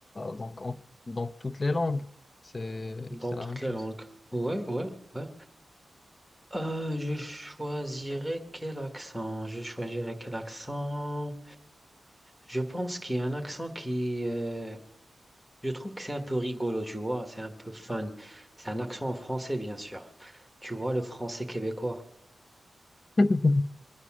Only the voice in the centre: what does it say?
Dans
toutes
les langues. Ouais, ouais, ouais. Euh, je choisirais quel accent? Je choisirais quel accent? Je pense qu'il y a un accent qui, euh, Je trouve que c'est un peu rigolo, tu vois, c'est un peu fun. C'est un accent en français, bien sûr. Tu vois, le français québécois.